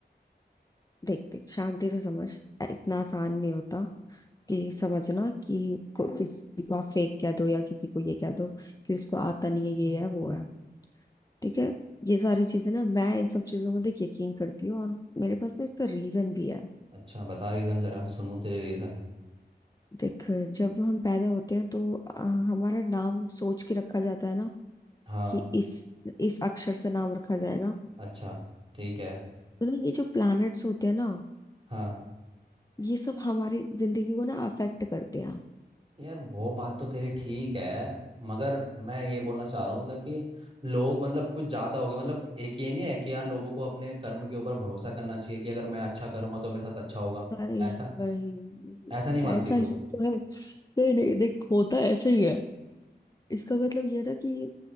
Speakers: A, on the left; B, on the right.
A: देख देख शांति से समझ इतना आसान नहीं होता कि समझना कि को, किसी को आप फेक कह दो या किसी को ये कह दो कि उसको आता नहीं है ये है वो है ठीक है ये सारी चीजें ना मैं इन सब चीजों में देख यकीन करती हूँ और मेरे पास ना इसका रीजन भी है
B: अच्छा बता रीजन जरा सुनूं तेरे रीजन
A: देख जब हम पैदा होते हैं तो अ, हमारा नाम सोच के रखा जाता है ना
B: हाँ
A: कि इस इस अक्षर से नाम रखा जाएगा
B: अच्छा ठीक है
A: तो ना ये जो प्लैनेट्स होते हैं ना
B: हाँ
A: ये सब हमारी जिंदगी को ना अफेक्ट करते हैं
B: यार वो बात तो तेरी ठीक है मगर मैं ये बोलना चाह रहा हूँ मतलब कि लोग मतलब कुछ ज्यादा हो गए मतलब एक ये नहीं है कि यार लोगों को अपने कर्म के ऊपर भरोसा करना चाहिए कि अगर मैं अच्छा करूंगा तो मेरे साथ अच्छा होगा
A: भाई
B: ऐसा
A: भाई
B: ऐसा नहीं मानती
A: ऐसा ही
B: तू
A: तो है नहीं नहीं देख होता ऐसा ही है इसका मतलब यह था कि